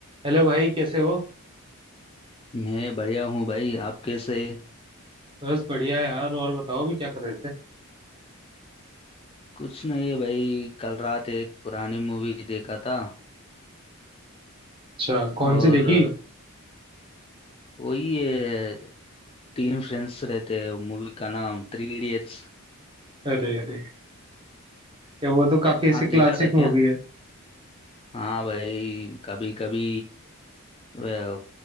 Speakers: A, on the right; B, on the left.
A: हेलो भाई कैसे हो
B: मैं बढ़िया हूँ भाई आप कैसे
A: बस बढ़िया है यार और बताओ अभी क्या कर रहे थे
B: कुछ नहीं भाई कल रात एक पुरानी मूवी देखा था
A: अच्छा कौन
B: और
A: सी देखी
B: वही है तीन फ्रेंड्स रहते हैं मूवी का नाम थ्री इडियट्स
A: अरे अरे ये वो तो काफी ऐसे
B: आप
A: क्लासिक
B: देखा था
A: मूवी
B: क्या
A: है
B: हाँ भाई कभी कभी वह,